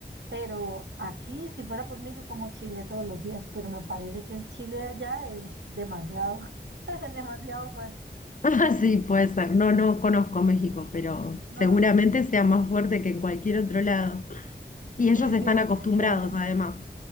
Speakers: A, on the right; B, on the left.
A: pero aquí, si fuera por mí, yo como chile todos los días, pero me parece que el chile de allá es demasiado, <laughs> demasiado fuerte.
B: <laughs> Ah, Sí, puede ser. No, no conozco México, pero
A: No,
B: seguramente sea más fuerte que en cualquier otro lado. Y ellos
A: sí,
B: están
A: sí, en
B: acostumbrados,
A: en realidad.
B: además.